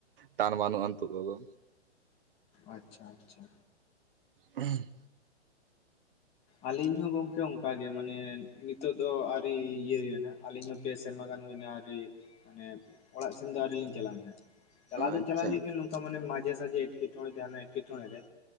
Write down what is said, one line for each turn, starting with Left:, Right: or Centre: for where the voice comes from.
Right: ᱴᱟᱱ ᱵᱟᱹᱱᱩᱜᱼᱟ ᱱᱤᱛᱚᱜ ᱫᱚ
Left: ᱟᱪᱪᱷᱟ ᱟᱪᱪᱷᱟ
Right: ᱦᱩᱸ
Left: ᱟᱹᱞᱤᱧ ᱦᱚᱸ ᱜᱚᱝᱠᱮ ᱚᱱᱠᱟ ᱜᱮ ᱢᱟᱱᱮ ᱱᱤᱛᱚᱜ ᱫᱚ ᱟᱨ ᱤᱭᱟᱹᱱᱟ ᱟᱹᱞᱤᱧ ᱦᱚᱸ ᱯᱮ ᱥᱮᱨᱢᱟ ᱜᱟᱱ ᱦᱩᱭᱱᱟ ᱟ. ᱣᱨᱤ ᱢᱟᱱᱮ ᱚᱲᱟᱜ ᱥᱮᱱ ᱫᱚ ᱟᱹᱣᱨᱤ ᱞᱤᱧ ᱪᱟᱞᱟᱜᱼᱟ ᱪᱟᱞᱟᱣ ᱫᱚ
Right: ᱟᱪᱪᱷᱟ
Left: ᱪᱟᱞᱟᱜ ᱦᱩᱭᱩᱜ ᱜᱮᱭᱟ ᱵ ᱱᱚᱝᱠᱟ ᱢᱟᱱᱮ ᱢᱟᱡᱷᱮ ᱥᱟᱡᱷᱮ ᱮᱴᱠᱮᱴᱚᱬᱮ ᱡᱟᱦᱱᱟᱜ ᱮᱴᱠᱮ ᱮᱴᱠᱮ-ᱴᱚᱲᱮ ᱨᱮ